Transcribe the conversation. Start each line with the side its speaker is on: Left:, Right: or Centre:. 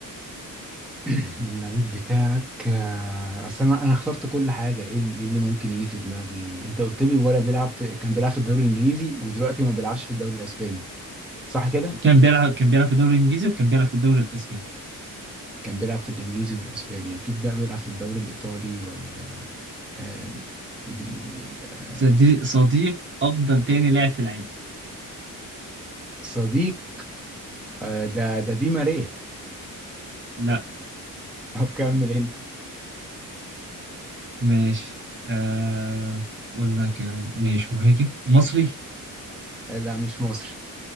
Centre: <clears throat> اللعيب بتاعك آه، اصل انا انا اخترت كل حاجه ايه اللي إيه اللي ممكن يجي في دماغي انت قلت لي ولا بيلعب في كان بيلعب في الدوري الانجليزي ودلوقتي ما بيلعبش في الدوري الاسباني صح كده
Right: كان بيلعب كان بيلعب في الدوري الإنجليزي وكان بيلعب في الدوري الأسباني
Centre: كان بيلعب في الانجليزي والاسباني اكيد بقى بيلعب في الدوري الايطالي ولا آه، م- آه،
Right: صديق صديق أفضل تاني لاعب في العالم
Centre: صديق آه، ده ده دي ماريا
Right: لا
Centre: <laughs> طب كمل انت
Right: ماشي آه قلنا كان ماشي مهاجم مصري
Centre: آه، لا مش مصري